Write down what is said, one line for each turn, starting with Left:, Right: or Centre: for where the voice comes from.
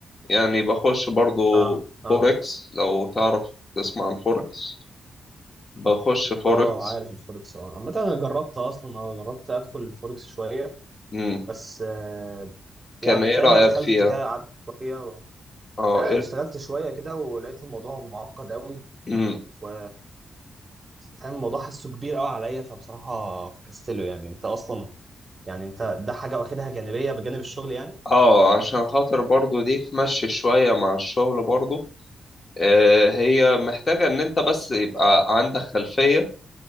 Left: يعني بخش برضو
Right: اه اه
Left: فوركس لو تعرف تسمع عن فوركس بخش فوركس
Right: اه عارف الفوركس اه عامة انا جربت اصلا اه جربت ادخل الفوركس شوية
Left: مم.
Right: بس آه
Left: كان
Right: يعني
Left: ايه
Right: فاهم
Left: رأيك
Right: انا دخلت
Left: فيها
Right: كده قعدت شوية و...
Left: اه
Right: لا
Left: إيه-
Right: انا اشتغلت شوية كده ولقيت الموضوع معقد قوي
Left: مم.
Right: و فاهم الموضوع حاسه كبير قوي عليا فبصراحه فكستله يعني انت اصلا يعني انت ده حاجه واخدها جانبيه بجانب الشغل يعني
Left: اه عشان خاطر برضو دي تمشي شوية مع الشغل برضو آه هي محتاجة ان انت بس يبقى عندك خلفية